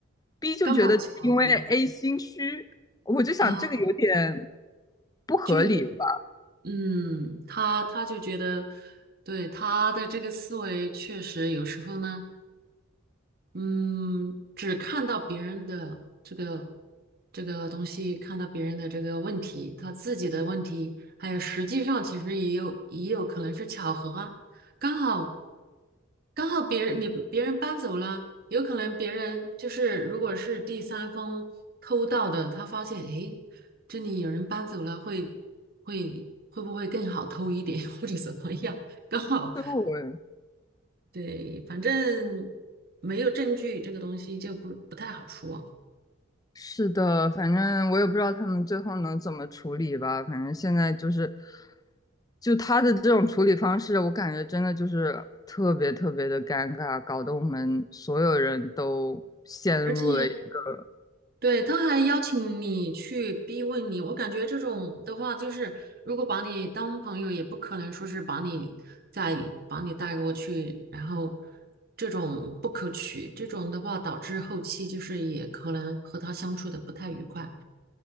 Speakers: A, on the left; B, on the right.
A: B 就觉得因为
B: 刚好巧合
A: A 心虚，我就想这个有点
B: 啊，
A: 不合理吧，
B: 就嗯，他他就觉得，对他的这个思维确实有时候呢。嗯，只看到别人的这个这个东西，看到别人的这个问题，他自己的问题，还有实际上其实也有也有可能是巧合啊，刚好刚好别人你别人搬走了，有可能别人就是如果是第三方偷盗的，他发现诶，这里有人搬走了，会会会不会更好偷一点 <laughs>，或者怎么样？刚好
A: 所以我
B: 对，反正没有证据，这个东西就不不太好说。
A: 是的，反正我也不知道他们最后能怎么处理吧。反正现在就是，就他的这种处理方式，我感觉真的就是特别特别的尴尬，搞得我们所有人都陷入了一个，
B: 而且，对，他还邀请你去逼问你，我感觉这种的话，就是如果把你当朋友，也不可能说是把你再把你带过去，然后这种不可取，这种的话导致后期就是也可能和他相处的不太愉快。